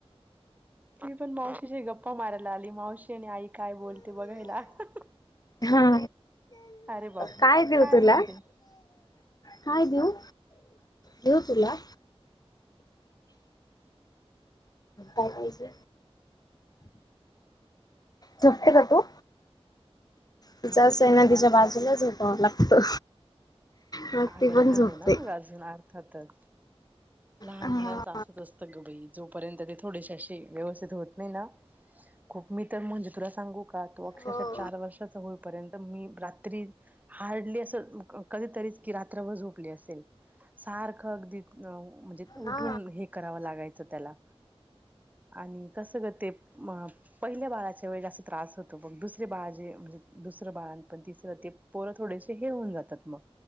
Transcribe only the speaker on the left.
हा.
काय देऊ तुला,
काय देऊ, देऊ तुला. काय द्यायचं, झोपते का तू? तिच असंय आहे ना तिच्या बाजूलाच झोपावं लागतं. मग
ती पण
झोपते
हा
हो
हा